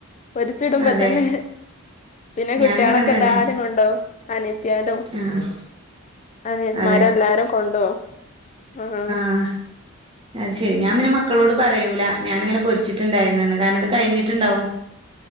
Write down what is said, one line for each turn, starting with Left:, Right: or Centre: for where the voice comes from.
Left: പൊരിച്ചിടുമ്പോ
Right: അതെ
Left: തന്നെ. പിന്നെ കുട്ട്യോളൊക്കെ
Right: ഞാനും അങ്ങനെ
Left: എല്ലാരും
Right: തന്നെയാ
Left: കൊണ്ടോവും. അനിയത്തി തും
Right: ആഹ്
Left: അനിന്മാരും
Right: അതെ
Left: എല്ലാരും കൊണ്ടോവും. ആഹ്
Right: അഹ് അത് ശരി ഞാൻ പിന്നെ മ മക്കളോട് പറയൂല ഞാനിങ്ങനെ പൊരിച്ചിട്ടുണ്ടായിരുന്നൂന്ന് കാരണം അത് കഴിഞ്ഞിട്ടുണ്ടാവും.